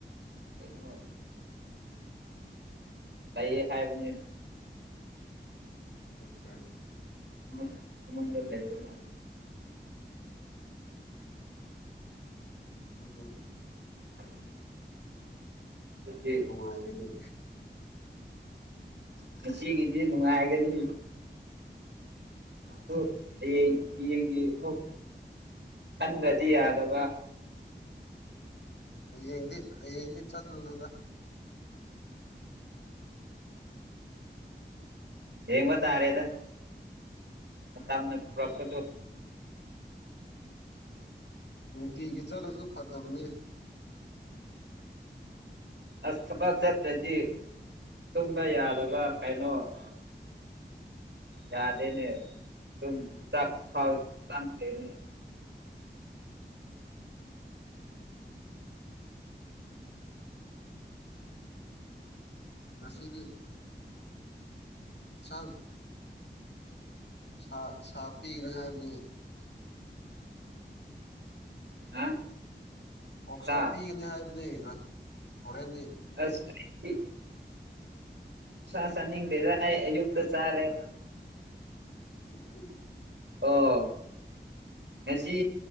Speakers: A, on the right; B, on the left.
A: ꯀꯩꯅꯣ ꯂꯩꯌꯦ ꯍꯥꯏꯕꯅꯤ
B: <unintelligible>
A: <unintelligible> ꯃꯣꯟꯗ ꯂꯩꯕ ꯃꯥ
B: ꯑꯗꯨꯗꯤ
A: <inaudible> ꯑꯗꯨꯗꯤ
B: ꯅꯨꯡꯉꯥꯏꯔꯦꯅꯦ
A: ꯉꯁꯤꯒꯤꯗꯤ ꯅꯨꯡꯉꯥꯏꯒꯅꯤ ꯗꯨ ꯍꯥꯌꯦꯡ ꯌꯦꯡꯒꯤ ꯑꯥꯃꯨꯛ ꯈꯟꯗ꯭ꯔꯗꯤ ꯌꯥꯗꯕ
B: ꯍꯌꯦꯡꯗꯤ ꯍꯌꯦꯡꯗꯤ ꯆꯠꯂꯨꯅꯣꯗ
A: ꯌꯦꯡꯕ ꯇꯔꯦꯗ ꯃꯇꯝꯅ ꯄꯨꯔꯛꯄꯗꯣ
B: ꯅꯨꯡꯇꯤꯒꯤ ꯆꯠꯂꯁꯨ ꯐꯠꯇꯕꯅꯤ
A: ꯑꯁ ꯊꯕꯛ ꯆꯠꯇ꯭ꯔꯗꯤ ꯇꯨꯝꯕ ꯌꯥꯗꯕ ꯀꯩꯅꯣ ꯑꯥ ꯌꯥꯗꯦꯅꯦ ꯗꯨꯝ ꯆꯥꯛ ꯐꯥꯎ ꯆꯪꯗꯦꯅꯦ
B: ꯉꯁꯤꯗꯤ ꯏꯟꯁꯥꯡ ꯁꯥ ꯁꯥꯞꯄꯤꯒꯅꯤ ꯍꯥꯏꯕꯅꯤ
A: ꯍꯥ
B: ꯑꯣꯁꯥ
A: ꯁꯥ
B: ꯄꯤꯒꯅꯤ ꯍꯥꯏꯕꯅꯤ ꯉ ꯍꯣꯔꯦꯟꯗꯤ
A: ꯑꯁ ꯑꯔꯤꯛꯄꯤ ꯁꯥ ꯆꯥꯅꯤꯡꯗꯦꯗꯥ ꯍꯥꯏ ꯌꯨꯛꯇ ꯆꯥꯔꯦꯕ
B: <inaudible>
A: ꯑꯣ ꯉꯁꯤ